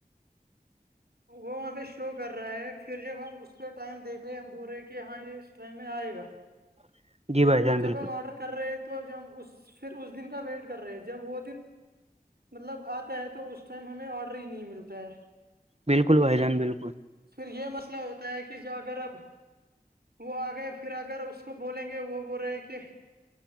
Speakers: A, on the right; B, on the right.
A: <inaudible>
B: وہاں پہ شو کر رہا ہے پھر جب ہم اس پہ ٹائم دیکھ رہے ہیں ہم بول رہے کہ ہاں یہ اس ٹائم میں آئے گا
A: <inaudible> بھائی
B: تو
A: جان
B: جب
A: بالکل
B: ہم آرڈر کر رہے تو ہم اس پھر اس دن کا ویٹ کر رہے ہیں جب وہ دن مطلب آتا ہے تو اس ٹائم ہمیں آرڈر ہی نہیں ملتا ہے
A: بالکل بائی
B: پھر
A: جان بالکل
B: پھر یہ مسئلہ ہوتا ہے کہ جو اگر اب وہ آ گئے پھر اگر اس کو بولیں گے وہ بول رہے کہ